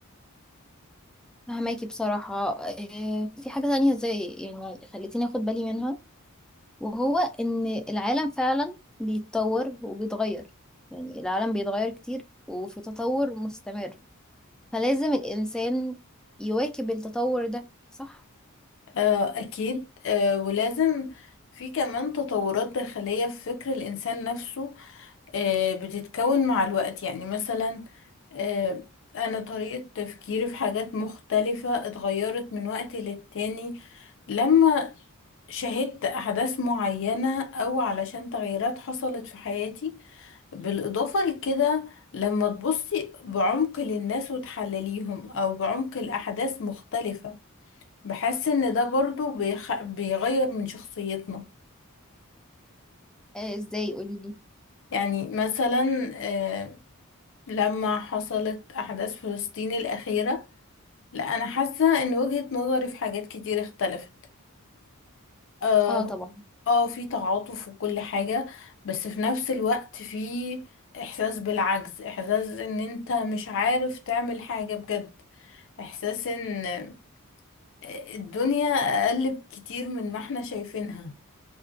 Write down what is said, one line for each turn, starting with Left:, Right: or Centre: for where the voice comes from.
Centre: فهماكي بصراحة إيه، في حاجة تانية زي يعني خلتيني اخد بالي منها وهو ان العالم فعلا بيتطور وبيتغير يعني العالم بيتغير كتير وفي تطور مستمر فلازم الانسان يواكب التطور ده صح
Left: آه، أكيد آه، ولازم في كمان تطورات داخلية في فكر الإنسان نفسه آه، بتتكون مع الوقت يعني مثلا آه، أنا طريقة تفكيري في حاجات مختلفة اتغيرت من وقت للتاني لما شهدت أحداث معينة أو علشان تغييرات حصلت في حياتي بالإضافة لكده لما تبصي بعمق للناس وتحلليهم أو بعمق الأحداث مختلفة بحس ان ده برضو بيخ... بيغير من شخصيتنا
Centre: آه، ازاي قولي
Left: يعني مثلا آه، لما حصلت احداث فلسطين الاخيرة لا انا حاسة ان وجهة نظري في حاجات كتير اختلفت اه
Centre: اه
Left: هو-
Centre: طبعا
Left: آه، في تعاطف وكل حاجة بس في نفس الوقت في احساس بالعجز احساس ان انت مش عارف تعمل حاجة بجد احساس ان آه، الدنيا اقل بكتير من ما احنا شايفينها